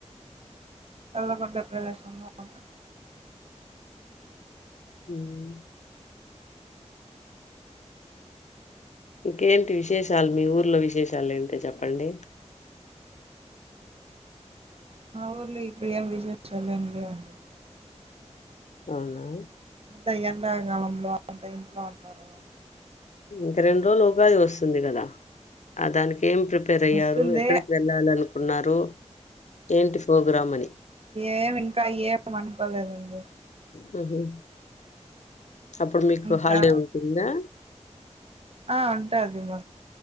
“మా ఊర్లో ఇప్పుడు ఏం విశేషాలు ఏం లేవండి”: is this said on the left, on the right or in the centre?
Right